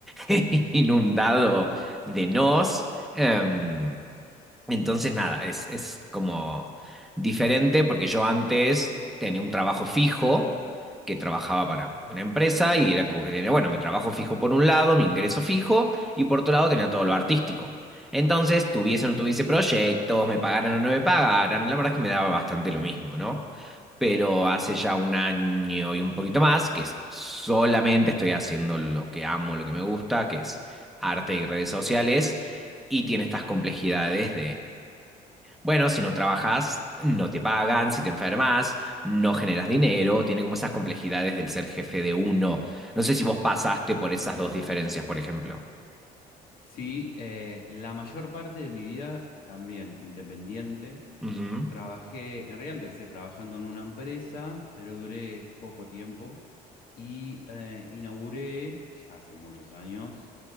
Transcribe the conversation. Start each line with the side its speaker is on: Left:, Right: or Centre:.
Centre: <laughs> inundado de nos. Em, entonces, nada, es, es como diferente porque yo antes tenía un trabajo fijo que trabajaba para una empresa y era como que tenía, bueno, mi trabajo fijo por un lado, mi ingreso fijo y por otro lado tenía todo lo artístico. Entonces, tuviese o no tuviese proyectos, me pagaran o no me pagaran, la verdad es que me daba bastante lo mismo, ¿no? Pero hace ya un año y un poquito más que es- solamente estoy haciendo lo que amo, lo que me gusta, que es arte y redes sociales y tiene estas complejidades bueno, si no trabajas, no te pagan, si te enfermas, no generas dinero, tiene como esas complejidades del ser jefe de uno. No sé si vos pasaste por esas dos diferencias, por ejemplo.
Left: Sí, eh, la mayor parte de mi vida eh, también independiente.
Centre: Ujú,
Left: Trabajé, en realidad empecé trabajando en una empresa, pero duré poco tiempo y eh, inauguré, ya hace muchos años,